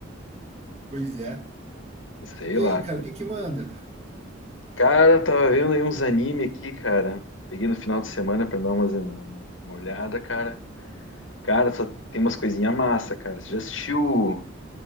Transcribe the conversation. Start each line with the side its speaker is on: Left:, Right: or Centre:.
Right: Pois é.
Left: Sei
Right: E
Left: lá,
Right: aí, cara,
Left: cara.
Right: o que que manda?
Left: Cara, tava vendo aí uns anime aqui, cara. Peguei no final de semana pra dar umas, uma olhada, cara. Cara, só tem umas coisinhas massa, cara. Você já assistiu?